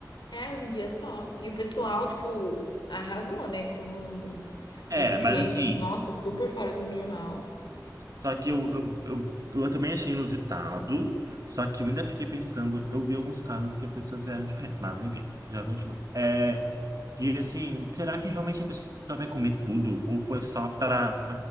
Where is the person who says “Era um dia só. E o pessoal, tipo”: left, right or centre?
Left